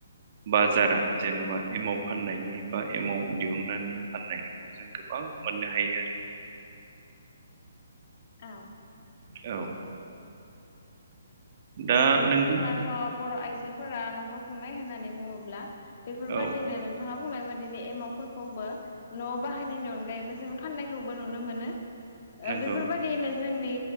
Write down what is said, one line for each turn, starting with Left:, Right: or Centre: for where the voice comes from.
Right: बाजारा जेनेबा एमाव फाननायनि बा एमाउ दिहुनन्नानै फाननायखौ जों गोबां मोननो हायो आरो
Left: औ
Right: औ दा
Left: ओ
Right: नों
Left: जोंनाथ' बर' आइजोफोरा न'खर खुंनाय होननानै बुङोब्ला बेफोरबाददिनो
Right: औ
Left: नोंथाङा बुंनाय बादिनो एमाउ फोरखौबो न' बाहायनायनि अनगायैबो जोङ फाननायखौबो नुनो मोनो
Right: नंगौ
Left: बेफोरबायदियैनो जोंनि